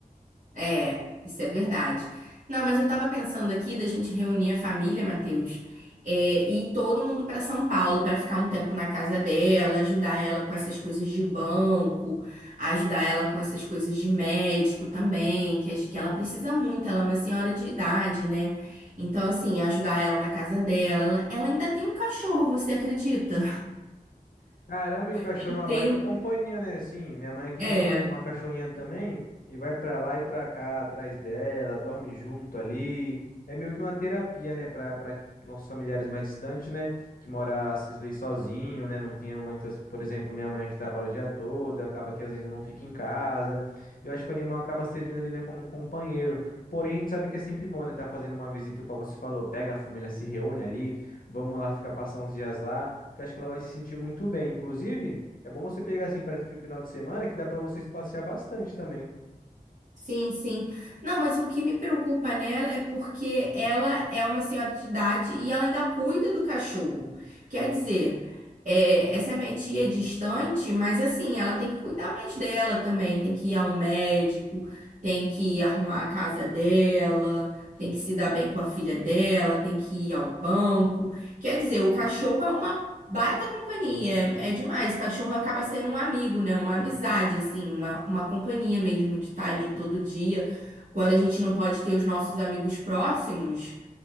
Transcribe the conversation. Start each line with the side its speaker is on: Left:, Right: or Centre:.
Right: É, isso é verdade. Não, mas eu tava pensando aqui da gente reunir a família, Matheus, é, e ir todo mundo pra São Paulo pra ficar um tempo na casa dela, ajudar ela com essas coisas de banco, ajudar ela com essas coisas de médico também, que acho que ela precisa muito, ela é uma senhora de idade, né? Então, assim, ajudar ela na casa dela. Ela, ela ainda tem um cachorro, você acredita?
Left: Caramba, e o cachorro
Right: <laughs>
Left: é uma
Right: Tem
Left: baita
Right: um.
Left: companhia, né? Assim, minha mãe aqui
Right: É.
Left: tem um ca- uma cachorrinha também e vai pra lá e pra cá atrás dela, dorme junto ali. É meio que uma terapia, né, Pra para nossos familiares mais distantes, né, que mora às vezes sozinho, né, não tem muitas, por exemplo, minha mãe aqui trabalha o dia todo, acaba que às vezes eu não fico em casa. Eu acho que o animal acaba servindo ali, né, como um companheiro. Porém, a gente sabe que é sempre bom, né, tá fazendo uma visita, como você falou, pega a família, se reúne ali, vamos lá ficar passar uns dias lá que acho que ela vai se sentir muito bem. Inclusive, é bom você pegar assim perto de um final de semana que dá pra vocês passear bastante também.
Right: Sim, sim. Não, mas o que me preocupa nela é porque ela é uma senhora de idade e ela ainda cuida do cachorro. Quer dizer, é, essa é minha tia é distante, mas assim, ela tem que cuidar mais dela também. Tem que ir ao médico, tem que arrumar a casa dela, tem que se dar bem com a filha dela, tem que ir ao banco. Quer dizer, o cachorro é uma Baita companhia, é é demais. Cachorro acaba sendo um amigo, né? Uma amizade, assim, uma, uma companhia mesmo de estar ali todo dia. Quando a gente não pode ter os nossos amigos próximos,